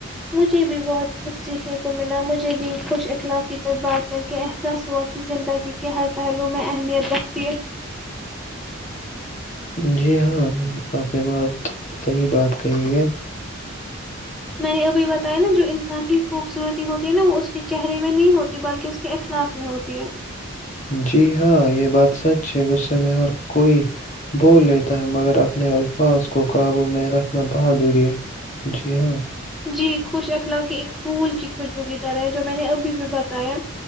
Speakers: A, in the centre; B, on the left (about 35°).
A: مجھے بھی بہت کچھ سیکھنے کو ملا مجھے بھی خوش اخلاقی پر بات کر کے احساس ہوا کہ زندگی کے ہر پہلو میں اہمیت رکھتی ہے
B: جی ہاں آپ نے بہت صحیح بات کہی ہے
A: میں نے ابھی بتایا نا جو انسان کی خوبصورتی ہوتی ہے نا وہ اس کے چہرے میں نہیں ہوتی بلکہ اس کے اخلاق میں ہوتی ہے
B: جی ہاں یہ بات سچ ہے غصے میں ہر کوئی بول لیتا ہے مگر اپنے الفاظ کو قابو میں رکھنا بہت دوری ہے جی ہاں
A: جی خوش اخلاق کی ایک پھول کی خوشبووی طرح ہے جو میں نے ابھی بھی بتایا